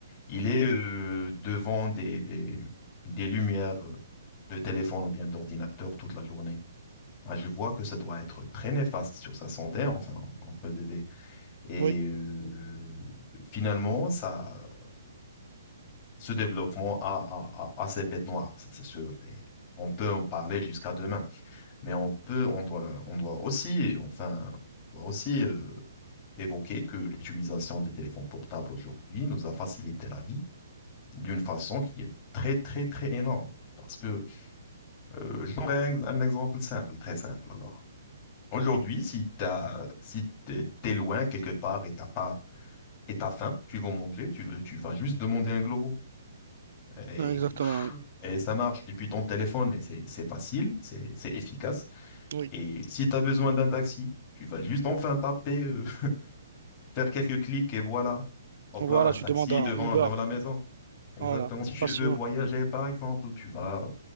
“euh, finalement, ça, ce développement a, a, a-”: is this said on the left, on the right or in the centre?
Left